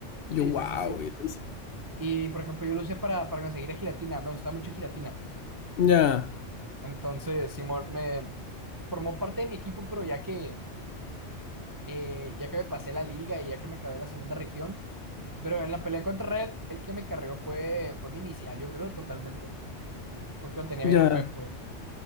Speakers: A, on the left; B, on the right.
A: Y
B: sí,
A: yo, wow,
B: sí, sí. sí.
A: y lo hice.
B: Y por ejemplo, yo lo usé para, para conseguir a Giratina, me gusta mucho Giratina.
A: Ya,
B: Entonces, Simón me formó parte de mi equipo, pero ya que eh, ya que me pasé la liga y ya que me acabé la segunda región. Pero en la pelea contra Red, el que me carrió fue, fue mi inicial, yo creo, totalmente. Porque lo tenía
A: ya.
B: bien OP, pues.